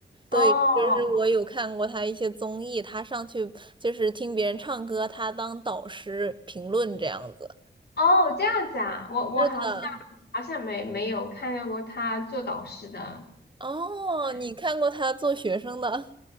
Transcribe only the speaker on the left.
哦。
哦，这样子啊，我我好像
好像没没有看到过他做导师的，
嗯